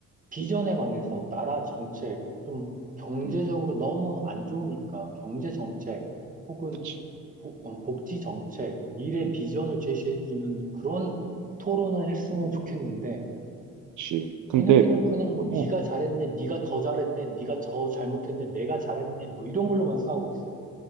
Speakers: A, on the right (about 25°); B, on the right (about 75°).
A: 비전에
B: 음,
A: 관해서 나라 정책, 좀 경제적으로
B: 음,
A: 너무 안 좋으니까 경제 정책 혹은
B: 그치.
A: 보- 어, 복지 정책, 미래
B: 음,
A: 비전을 제시해주는 그런 토론을 했으면 좋겠는데
B: 그치. 근데,
A: 얘네들은 그냥 뭐
B: 어,
A: 네가 잘했네, 네가 더 잘했네, 네가 더 잘못했네, 내가 잘했네 뭐 이런 걸로만 싸우고 있어.